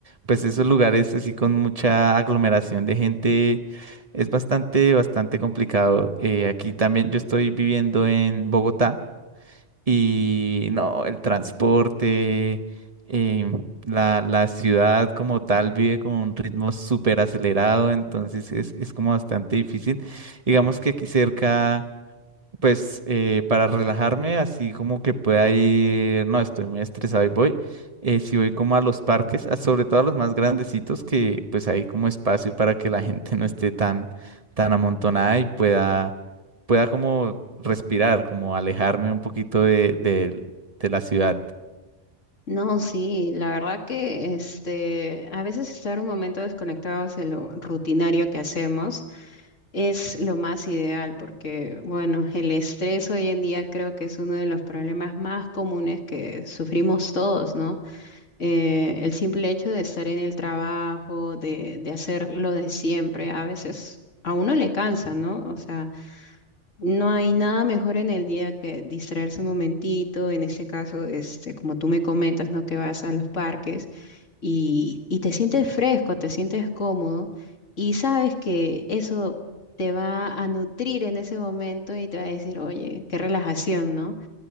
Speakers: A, on the right (about 35°); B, on the left (about 85°).
A: pues esos lugares así con mucha aglomeración de gente es bastante, bastante complicado. Eh, aquí también yo estoy viviendo en Bogotá. Y no, el transporte, em, la, la ciudad como tal vive con un ritmo súper acelerado, entonces es, es como bastante difícil. Digamos que aquí cerca pues eh, para relajarme, así como que pueda ir, no, estoy muy estresado y voy, eh, si voy como a los parques, a- sobre todo a los más grandecitos, que pues hay como espacio para que la gente <laughs> no esté tan, tan amontonada y pueda, pueda como respirar, como alejarme un poquito de, del- de la ciudad.
B: No, sí, la verdad que este, a veces estar un momento desconectados de lo rutinario que hacemos Es lo más ideal porque, bueno, el estrés hoy en día creo que es uno de los problemas más comunes que sufrimos todos, ¿no? Eh, el simple hecho de estar en el trabajo, de, de hacer lo de siempre, a veces a uno le cansa, ¿no? O sea, no hay nada mejor en el día que distraerse un momentito, en este caso, este, como tú me comentas, ¿no? Que vas a los parques y, y te sientes fresco, te sientes cómodo y sabes que eso te va a nutrir en ese momento y te va a decir, oye, qué relajación, ¿no?